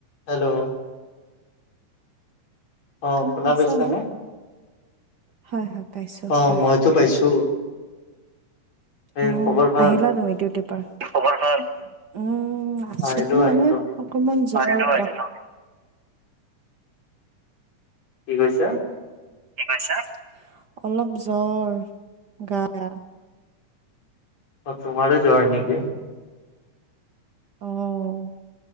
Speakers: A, on the left; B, on the right.
A: Hello অ' শুনা
B: পাইছা
A: পাইছানে?
B: ন? হয়, হয় পাইছো।
A: অ'
B: কোৱা।
A: মইতো পাইছো। এই
B: অ'
A: খবৰ ভাল
B: আহিলা তুমি ডিউটিৰ পৰা? খবৰ ভাল? উম আছো
A: আহিলো আহিলো
B: মানে অকনমান জগৰ <unintelligible>
A: কি কৈছা?
B: <unintelligible> অলপ জ্বৰ গা বেয়া।
A: অ তোমাৰো জ্বৰ নেকি?
B: অ